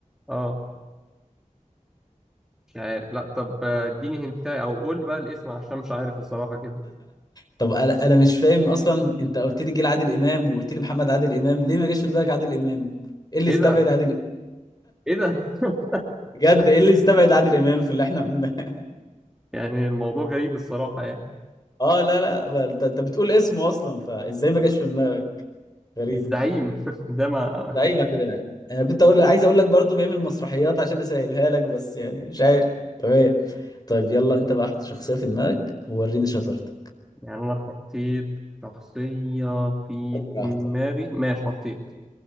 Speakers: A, in the centre; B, on the left.
A: آه، مش عارف لا طب آه، اديني هنتا أو قول بقى الاسم عشان مش عارف الصراحة كده
B: طب انا أنا مش فاهم اصلا انت قلت لي جيل عادل امام وقلت لي محمد عادل امام ليه ما جاش في دماغك عادل امام ايه اللي
A: إيه
B: يستبعد
A: ده
B: عادل امام
A: إيه ده <laughs>
B: بجد ايه اللي يستبعد عادل امام في اللي احنا قلناه <laughs>
A: يعني الموضوع غريب الصراحة يعني
B: اه لا لا ما انت انت بتقول اسمه اصلا فازاي ما جاش في دماغك غريبه
A: الزعيم <laughs> ده ما
B: ده اي مدري انا كنت اقول عايز اقول لك برضو بيعمل مسرحيات عشان اسهلها لك بس يعني مش عارف تمام طيب يلا انت بقى حط شخصيه في دماغك ووريني شطارتك
A: يعني انا حطيت شخصية في
B: براحتك
A: دماغي ماشي حطيت